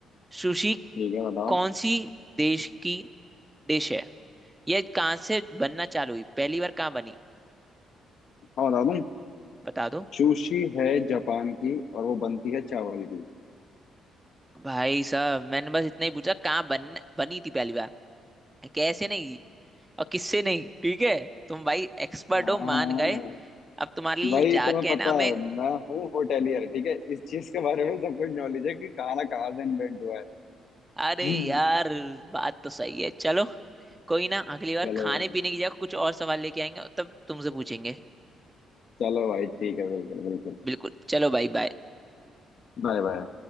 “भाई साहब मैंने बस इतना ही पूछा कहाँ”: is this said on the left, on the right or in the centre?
Right